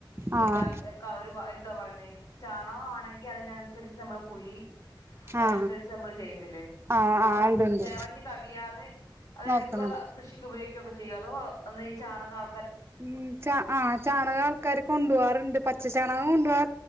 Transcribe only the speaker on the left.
എന്താ ക്ക അവരു എന്താ പറയുന്നത് ചാണകം ആണെങ്കിൽ അതിനനുസരിച്ച് നമ്മൾ കുഴി.. അതനുസരിച്ച്
നമ്മള് ചെയ്യത്തില്ലേ
അത്
നിറഞ്ഞ് കവിയാതെ അത്
എടുക്കുക കൃഷിക്ക് ഉപയോഗി.. ഒക്ക ചെയ്യോ അതോ ഒന്ന് ഈ ചാണകം അ..